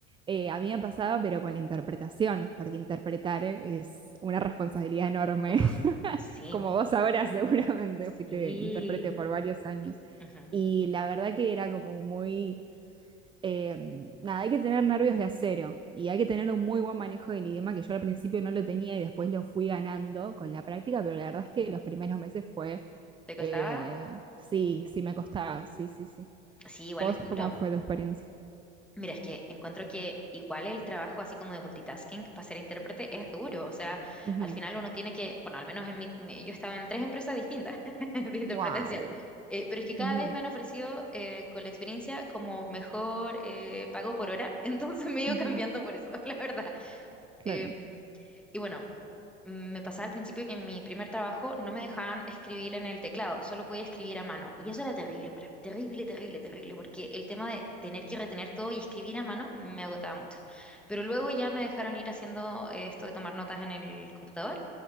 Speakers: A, on the right (about 15°); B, in the centre.
A: eh, a mí me pasaba, pero con la interpretación, porque interpretar es una responsabilidad enorme,
B: Uf,
A: <laughs>
B: sí,
A: como vos sabrás <laughs> seguramente,
B: sí.
A: fuiste intérprete por varios años.
B: ujú.
A: Y la verdad que era como muy eh, nada, hay que tener nervios de acero y hay que tener un muy buen manejo del idioma que yo al principio no lo tenía y después lo fui ganando con la práctica, pero la verdad es que los primeros meses fue,
B: ¿Te costaba?
A: eh, sí, sí me costaba, sí, sí, sí.
B: Sí, igual
A: ¿Vos
B: es duro.
A: cómo fue tu experiencia?
B: Mira, es que encuentro que igual el trabajo así como de multitasking para ser intérprete es duro, o sea,
A: Ujú.
B: al final uno tiene que, bueno, al menos en mi, mi- yo estaba en tres empresas distintas <laughs> de interpretación,
A: Wow.
B: eh, pero es que cada
A: Ujú,
B: vez me han ofrecido eh, con la experiencia como mejor eh, pago por hora, <laughs> entonces me he ido
A: ujú,
B: cambiando por eso, <laughs> la verdad.
A: Claro.
B: Em, y bueno mm, me pasaba al principio que en mi primer trabajo no me dejaban escribir en el teclado, solo podía escribir a mano. Y eso era terrible para mí, terrible, terrible, terrible, porque el tema de tener que retener todo y escribir a mano me agotaba mucho. Pero luego ya me dejaron ir haciendo eh, esto de tomar notas en el computador